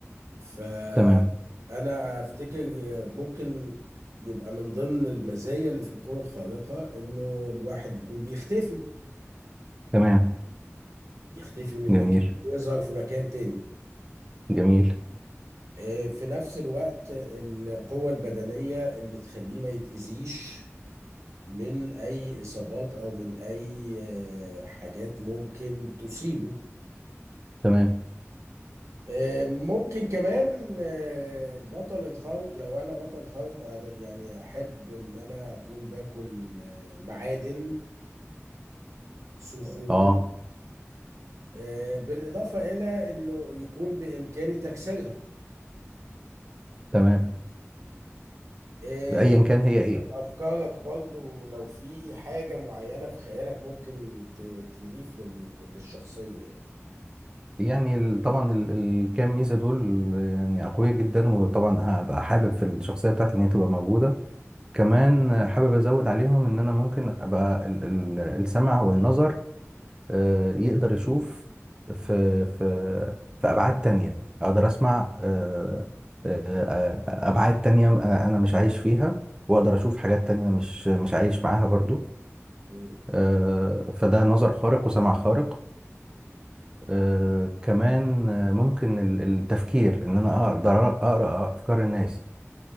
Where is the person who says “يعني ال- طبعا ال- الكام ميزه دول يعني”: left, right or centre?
Right